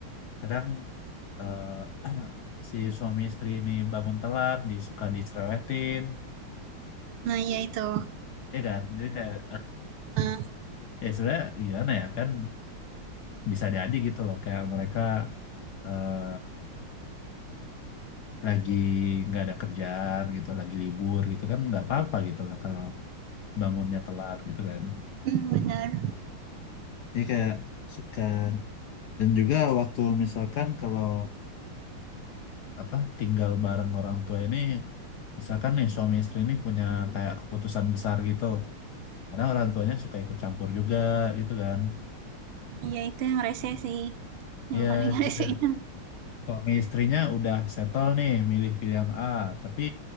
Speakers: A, on the left; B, on the right.
A: kadang eh, si suami istri ini bangun telat disuka dicerewetin
B: nah ya itu
A: ya kan jadi kayak
B: nah,
A: <laughs> ya sebenarnya gimana ya kan bisa jadi gitu loh kayak mereka eh, lagi nggak ada kerjaan gitu lagi libur gitu kan nggak apa-apa gitu loh kalau bangunnya telat gitu kan
B: hmm, benar
A: jadi kayak suka dan juga waktu misalkan kalau apa tinggal bareng orang tua ini misalkan nih suami istri ini punya kayak keputusan besar gitu karena orang tuanya suka ikut campur juga gitu kan
B: nah, ya itu yang rese sih yang
A: iya
B: paling
A: jadi
B: <laughs> resenya
A: kayak suami istrinya udah settle nih milih pilihan A tapi